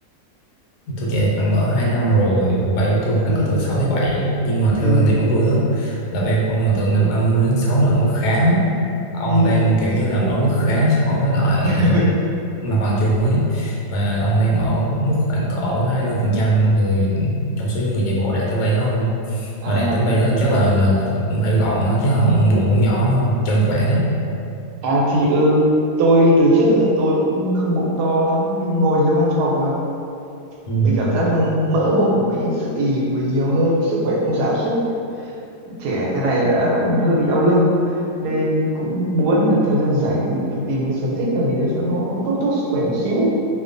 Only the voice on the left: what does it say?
tôi chạy khoảng cỡ 2 năm rồi bay của tôi khoảng
cỡ từ 6 tới bảy nhưng mà theo
quan điểm của tôi đó là bay không mà từ năm 30 đến 6 là ở mức khá đó. ông
đang kiểu như là ở mức khá so với lại
ờ, mặt bằng chung ấy và ông đang ở mức khoảng cỡ 20 phần trăm người trong số những người chạy bộ đạt tới bay đó thôi
mà đạt đến bay đó thì chắc là là là phải- cũng phải gọn đó, chứ không bụng cũng nhỏ hơn chân khỏe đấy
ừ,